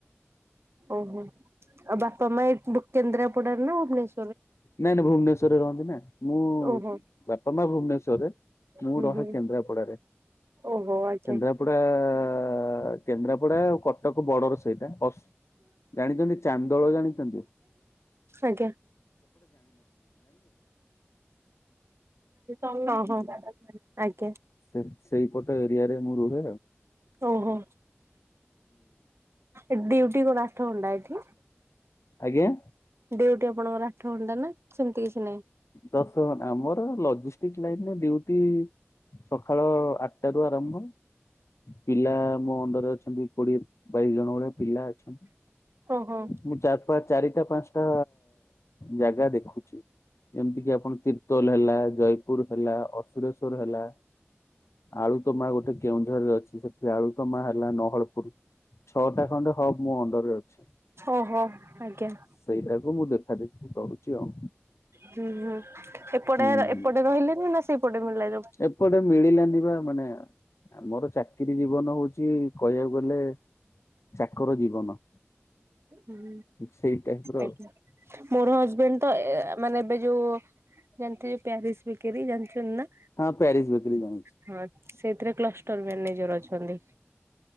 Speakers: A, on the right; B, on the left.
A: ଓ ହୋ ଆଉ ବାପା ମା ଏକୁ କେନ୍ଦ୍ରା ପୋଡା ନା ଭୁବନେଶ୍ୱ
B: ନାଇଁ ନାଇଁ ଭୁବନେଶ୍ଵରେ ରହନ୍ତି ନା ମୁଁ
A: ଓହୋ
B: ବାପା ମା ଭୁବନେଶ୍ଵରରେ ମୁଁ
A: ହୁଁ
B: ରହେ
A: ହୁଁ
B: କେନ୍ଦ୍ରାପଡା ରେ
A: ଓହୋ ଆଜ୍ଞା
B: କେନ୍ଦ୍ରାପଡା ଆ କେନ୍ଦ୍ରାପଡା ଆଉ କଟକ ବର୍ଡର ସେଇଟା ଅସ ଜାଣିଚନ୍ତି? ଚାମ୍ ଦଳ ଜାଣିଚନ୍ତି?
A: ଆଜ୍ଞା ଓହୋ। ଆଜ୍ଞା।
B: ସେ ସେଇପଟ ଏରିଆରେ ମୁଁ ରୁ <unintelligible>
A: ଓହୋ। ଏ ଡିୟୁଟି କ ଆଠ ଘଣ୍ଟା ଏଠି?
B: ଆଜ୍ଞା
A: ଡ୍ୟୁଟି ଆପଣଙ୍କର ଆଠ ଘଣ୍ଟା ନା ସେମିତି କିଛି ନାହିଁ
B: ଦଶ ଘ ଆମର ଲଜିଷ୍ଟିକ ଲାଇନ ରେ ଡିୟୁ ଟି ସଖାଳ ଆଠଟାରୁ ଆରମ୍ଭ ପିଲା ମୋ ଅଣ୍ଡରେ ଅଛନ୍ତି କୋଡିଏ ବାଇଶ ଜଣ ଭଳିଆ ପିଲା ଅଛନ୍ତି
A: ଓହୋ
B: ମୁଁ ଚା ବା ଚାରିଟା ପାଞ୍ଚଟା ଜାଗା ଦେଖୁ ଛି ଯେମିତି କି ଆପଣ ତିର୍ତୋଲ ହେଲା। ଜୟପୁର ହେଲା ଅସୁରେଶ୍ଵର ହେଲା ଆଳୁତମା ଗୋଟେ କେଉଁଝରରେ ଅଛି। ସେଠି ଆଳୁତମା ହେଲା ନହଳପୁର ଛଅଟା ଖଣ୍ଡେ ହବ୍ ମୋ ଅଣ୍ଡରରେ ଅଛି।
A: ଓହୋ ଆଜ୍ଞା
B: ସେଇଟାକୁ ମୁଁ ଦେଖାଦେଖି କରୁଛି ଆଉ।
A: ହୁଁ ହୁଁ ଏପଟେ
B: ହୁଁ ହୁଁ।
A: ଏପଟେ ରହିଲେଣି ନା ସେଇପଟେ ମିଳିଲା ଜବ୍?
B: ଏପଟେ ମିଳିଲାନି ବା। ମାନେ ଆମର ଚାକିରି ଜୀବନ ହଉଛି କହିବାକୁ ଗଲେ ଚାକର ଜୀବନ।
A: ହୁଁ
B: ସେଇ ଟାଇପ ର
A: ଆଜ୍ଞା ମୋର ହଜବେଣ୍ଡ ତ ଏ ମାନେ ଏବେ ଯୋଉ ଯେମତି ପେଙ୍ଗୀ ସ୍ପିକିରି ଜାଣିଛନ୍ତି ନା।
B: ହଁ ପ୍ୟାରିସ ବିକିରି ଜାଣି
A: ହଁ। ସେଇଥିରେ କ୍ଲଷ୍ଟର ମ୍ୟାନେଜର ଅଛନ୍ତି।